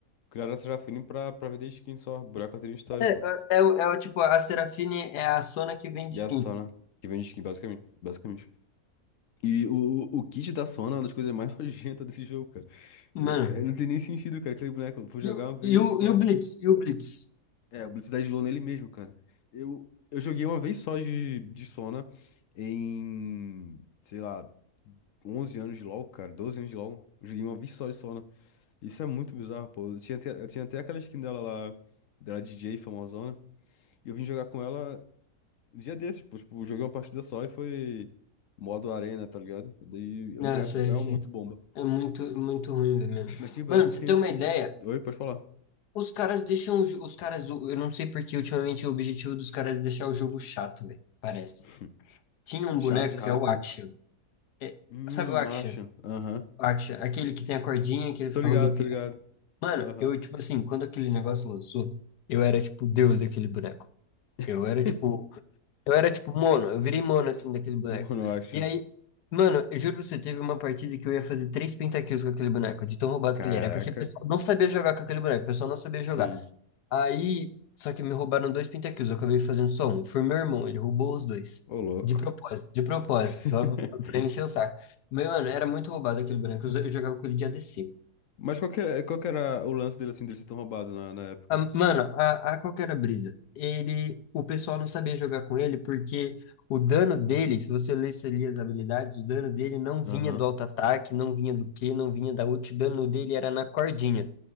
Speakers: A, on the left; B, on the left.
A: Criaram a Serafina pra, pra vender skin só. Buraco não tem nem história,
B: É,
A: pô.
B: é, o- é, o tipo, a Serafine é a Sona que vende
A: E
B: skin.
A: a Sona, que vende skin, basicamente. Basicamente. E o, o kit da Sona é uma das coisas mais <laughs> nojentas desse jogo, cara.
B: Mano,
A: É, não tem nem sentido, cara. Aquele boneco, eu fui jogar
B: e o,
A: uma vez
B: e o,
A: com
B: e
A: ela.
B: o Blitz? E o Blitz?
A: É, o Blitzkrieg Low nele mesmo, cara. Eu, eu joguei uma vez só de, de Sona em, sei lá, 11 anos de LoL, cara, 12 anos de LoL. Eu joguei uma vez só de Sona. Isso é muito bizarro, pô. Eu tinha até, eu tinha até aquela skin dela lá, dela DJ famosona. E eu vim jogar com ela um dia desses, pô. Tipo, joguei uma partida só e foi modo arena, tá ligado? Daí
B: Nossa,
A: o boneco é muito bomba.
B: É muito, muito ruim mesmo.
A: Mas tem boneco
B: Mano, pra
A: que
B: você
A: tem
B: ter
A: uns
B: uma
A: kits.
B: ideia,
A: Oi, pode falar.
B: os caras deixam, o jo- os caras, eu não sei porque ultimamente o objetivo dos caras é deixar o jogo chato, velho, parece.
A: <laughs>
B: Tinha um
A: Chatos
B: boneco
A: rápido.
B: que é o Aksha. É,
A: Hum,
B: sabe o Aksha?
A: acha. Aham.
B: O Aksha, aquele que tem a cordinha, que ele fica
A: Tô ligado,
B: rodopiando.
A: tô ligado.
B: Mano,
A: Aham.
B: eu, tipo assim, quando aquele negócio lançou, eu era, tipo, Deus daquele boneco.
A: <laughs>
B: Eu era, tipo, Eu era tipo mono, eu virei mono assim daquele boneco.
A: Mano, eu acho.
B: E aí, mano, eu juro pra você, teve uma partida que eu ia fazer três pentakills com aquele boneco, de tão roubado
A: Caraca,
B: que ele era. É porque o pessoal não sabia jogar com aquele boneco, o pessoal não sabia
A: sim.
B: jogar. Aí, só que me roubaram dois pentakills, eu acabei fazendo só um. Foi meu irmão, ele roubou os dois.
A: Ô, louco.
B: De propósito, de propósito,
A: <laughs>
B: só pra pra encher o saco. Mas, mano, era muito roubado aquele boneco, eu eu jogava com ele de ADC.
A: Mas qual que, é- qual que era o lance dele assim, dele ser tão roubado na, na época?
B: A- Mano, a, a qual que era a brisa? Ele, o pessoal não sabia jogar com ele porque o dano dele, se você lesse ali as habilidades, o dano dele não vinha
A: Aham,
B: do auto-ataque, não vinha do Q, não vinha da ult, o dano dele era na cordinha.